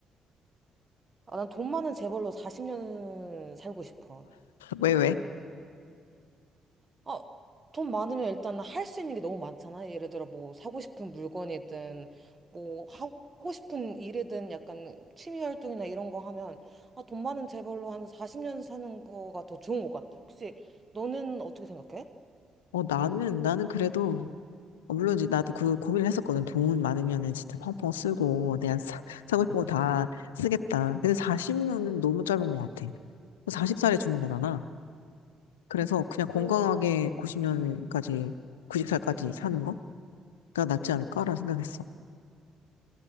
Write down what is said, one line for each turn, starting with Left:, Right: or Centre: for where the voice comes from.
Right: 아, 난 돈 많은 재벌로 40년 살고 싶어.
Left: 왜, 왜?
Right: 아, 돈 많으면 일단 할 수 있는 게 너무 많잖아. 예를 들어 뭐 사고 싶은 물건이든 뭐 하고 싶은 일이든 약간 취미 활동이나 이런 거 하면 아, 돈 많은 재벌로 한 40년 사는 거가 더 좋은 것 같아. 혹시 너는 어떻게 생각해?
Left: 어, 나는, 나는 그래도, 어, 물론 이제 나도 그 고민을 했었거든. 돈 많으면은 진짜 펑펑 쓰고, 내가 사, 사고 싶은 거 다 쓰겠다. 근데 40년은 너무 짧은 것 같아. 40살에 죽는 거잖아. 그래서 그냥 건강하게
Right: 오.
Left: 90년까지, 90살까지 사는 거가 낫지 않을까라는 생각했어.